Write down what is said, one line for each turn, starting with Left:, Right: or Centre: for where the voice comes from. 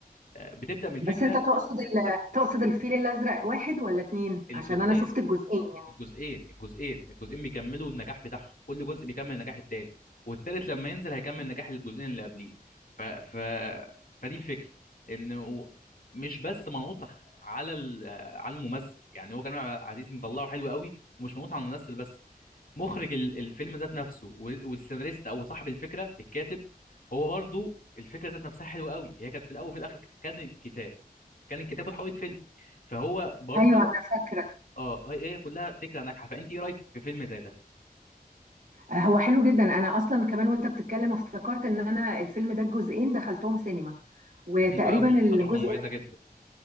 Left: آه، بتبدا من الفكره
Right: بس انت تقصد ال... تقصد الفيل الازرق واحد ولا اتنين عشان
Left: الجزئيه
Right: انا شفت الجزئين يعني
Left: الجزئين الجزئين الجزئين بيكملوا النجاح بتاعهم كل جزء بيكمل النجاح التاني والتالت لما ينزل هيكمل نجاح الجزئين اللي قبليه ف... ف... فدي الفكره انه مش بس منوط على ال... على الممثل يعني هو كريم عبد العزيز مطلعه حلو قوي ومش منوط على الممثل بس مخرج ال- الفيلم ذات نفسه وال- والسيناريست او صاحب الفكره الكاتب هو برضو الفكره ذات نفسها حلوه قوي هي كانت في الاول وفي الاخر كان الكتاب كان الكتاب وتحولت فيلم فهو برضو
Right: ايوه انا فاكره
Left: اه هي هي كلها فكره ناجحه فانت ايه رايك في فيلم زي ده
Right: هو حلو جدا انا اصلا كمان وانت بتتكلم افتكرت ان انا الفيلم ده الجزئين دخلتهم سينما وتقريبا
Left: ده حلو قوي
Right: الجزء
Left: تجربه مميزه جدا